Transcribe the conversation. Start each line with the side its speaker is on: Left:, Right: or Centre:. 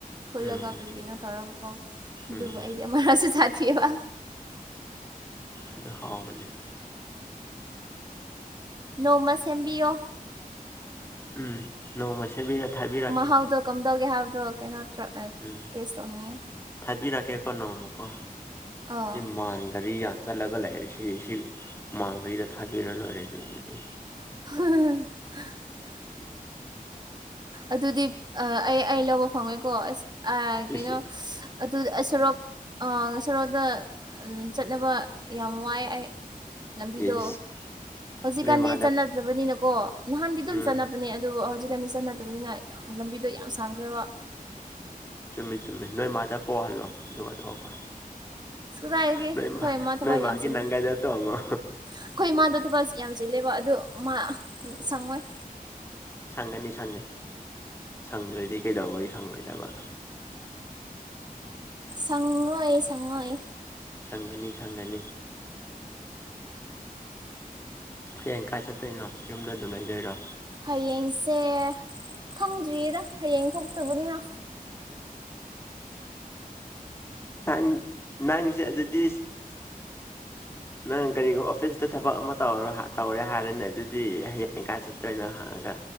Right: ꯐꯨꯠꯂꯒ
Left: ꯎꯝ
Right: ꯀꯔꯤꯒꯤꯅꯣ ꯇꯧꯔꯒꯀꯣ
Left: ꯎꯝ
Right: ꯑꯗꯨꯕꯨ ꯑꯩꯗꯤ ꯑꯃꯔꯁꯨ ꯁꯥꯥꯗꯦꯕ
Left: ꯑꯗ ꯍꯥꯎꯕꯅꯦ
Right: ꯅꯣꯝꯃ ꯁꯦꯝꯕꯤꯌꯣ
Left: ꯎꯝ ꯅꯣꯡꯃ ꯁꯦꯝꯕꯤꯔ ꯊꯥꯕꯤꯔꯛꯀꯦ
Right: ꯃꯍꯥꯎꯗꯣ ꯀꯝꯗꯧꯒꯦ ꯍꯥꯏꯕꯗꯣ ꯀꯩꯅꯣ ꯇ
Left: ꯎꯝ
Right: ꯇꯦꯁ ꯇꯧꯅꯤꯡꯉꯤ
Left: ꯊꯥꯕꯤꯔꯛꯀꯦꯀꯣ ꯅꯣꯡꯃꯀꯣ
Right: ꯑꯥ
Left: ꯁꯤ ꯃꯥꯟ ꯒꯔꯤ ꯌꯥ ꯆꯠꯂꯒ ꯂꯩꯔꯦ ꯁꯤ ꯁꯤ ꯃꯥꯡ ꯒꯥꯔꯤꯗ ꯊꯥꯕꯤꯔ ꯂꯣꯏꯔꯦ ꯑꯗꯨꯕꯨꯗꯤ
Right: <unintelligible> ꯑꯗꯨꯗꯤ ꯑꯩ ꯑꯩ ꯂꯧꯕ ꯐꯪꯉꯣꯏꯀꯣ ꯑꯁ ꯑ
Left: ꯏꯁ
Right: ꯀꯩꯅꯣ ꯑꯗꯨ ꯑꯩ ꯁꯔꯣꯛ ꯑꯥ ꯁꯣꯔꯣꯛꯇ ꯆꯠꯅꯕ ꯌꯥꯝ ꯋꯥꯏ ꯑꯩ ꯂꯝꯕꯤꯗꯣ
Left: ꯏꯁ
Right: ꯍꯧꯖꯤꯛꯀꯥꯟꯗꯤ
Left: ꯅꯣꯏ ꯃꯥꯗ
Right: ꯆꯠꯅꯗꯕꯅꯤꯅꯀꯣ ꯅꯍꯥꯟꯗꯤ ꯑꯗꯨꯝ
Left: ꯎꯝ
Right: ꯆꯠꯅꯕꯅꯦ ꯑꯗꯨꯕꯨ ꯍꯧꯖꯤꯛꯀꯥꯟꯗꯤ ꯆꯠꯅ ꯗꯕꯅꯤꯅ ꯂꯝꯕꯤꯗꯣ ꯌꯥꯝ ꯁꯥꯡꯈ꯭ꯔꯦꯕ
Left: ꯆꯨꯝꯃꯤ ꯆꯨꯝꯃꯤ ꯅꯣꯏ ꯃꯥꯗ ꯄꯣꯍꯜꯂꯣ ꯑꯗꯨꯒ ꯊꯣꯛꯈꯔꯣ
Right: ꯀꯗꯥꯏꯗꯒꯤ ꯑꯩꯈꯣꯏ
Left: ꯅꯣꯏ ꯃꯥ
Right: ꯏꯃꯥ ꯊꯕꯛ
Left: ꯅꯣꯏ ꯃꯥꯒꯤ
Right: ꯌꯥꯝ ꯆꯤꯜꯂꯤ
Left: ꯅꯪꯒꯟꯗ ꯇꯣꯡꯉꯣ
Right: ꯑꯩꯈꯣꯏ ꯏꯃꯥꯗꯣ ꯊꯕꯛ ꯌꯥꯝ ꯆꯤꯜꯂꯦꯕ ꯑꯗꯣ ꯃꯥ ꯁꯪꯉꯣꯏ
Left: ꯁꯪꯒꯅꯤ ꯁꯪꯒꯅꯤ ꯁꯪꯗ꯭ꯔꯗꯤ ꯀꯩꯗꯧꯕꯒꯤ ꯁꯪꯉꯣꯏꯗꯕ
Right: ꯁꯪꯉꯣꯏ ꯁꯪꯉꯣꯏ
Left: ꯁꯪꯒꯅꯤ ꯁꯪꯒꯅꯤ ꯍꯌꯦꯡ ꯀꯥꯏ ꯆꯠꯇꯣꯏꯅꯣ ꯌꯨꯝꯗ ꯑꯗꯨꯝ ꯂꯩꯗꯣꯏꯔꯣ
Right: ꯍꯌꯦꯡꯁꯦ ꯈꯪꯗ꯭ꯔꯤꯌꯦꯗ ꯍꯌꯦꯡ ꯊꯣꯛꯇꯕꯅꯤꯅ
Left: ꯅ ꯅꯪꯁꯤ ꯑꯗꯨꯗꯤ ꯅꯪ ꯀꯔꯤꯒꯨ ꯑꯣꯐꯤꯁꯇ ꯊꯕꯛ ꯑꯃ ꯇꯧꯔ ꯇꯧꯔꯦ ꯍꯥꯏꯔꯅꯦ ꯑꯗꯨꯗꯤ ꯍꯌꯦꯡ ꯀꯥꯏ ꯆꯠꯇꯣꯏ ꯅꯣ ꯍꯪꯉꯒ